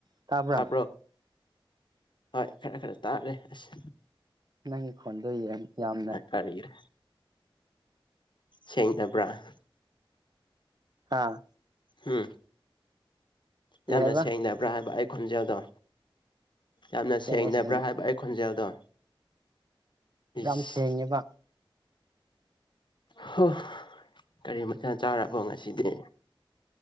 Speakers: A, on the right (about 45°); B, on the left (about 55°).
A: ꯇꯥꯕ꯭ꯔꯥ
B: ꯇꯥꯕ꯭ꯔꯣ ꯍꯣꯏ ꯈꯔ ꯈꯔ ꯇꯥꯔꯦ ꯑꯁ
A: ꯅꯪꯒꯤ ꯈꯣꯟꯗꯣ ꯌꯥꯝꯅ
B: ꯍꯥꯏꯒꯤꯔꯦ ꯁꯦꯡꯗꯕ꯭ꯔꯥ
A: ꯑꯥ
B: ꯎꯝ
A: ꯀꯔꯤ
B: ꯌꯥꯝꯅ
A: ꯍꯥꯏꯕ
B: ꯁꯦꯡꯗꯕ꯭ꯔꯥ ꯍꯥꯏꯕ ꯑꯩ ꯈꯣꯟꯖꯦꯜꯗꯣ ꯌꯥꯝꯅ
A: ꯁꯦꯡꯉꯦ
B: ꯁꯦꯡꯗꯕ꯭ꯔꯥ
A: ꯁꯦꯡꯉꯦ
B: ꯍꯥꯏꯕ ꯑꯩ ꯈꯣꯟꯖꯦꯜꯗꯣ
A: ꯌꯥꯝ
B: ꯏꯁ
A: ꯁꯦꯡꯉꯦꯕ
B: ꯍ ꯀꯔꯤ ꯃꯊꯦꯜ ꯆꯥꯔꯕꯣ ꯉꯁꯤꯗꯤ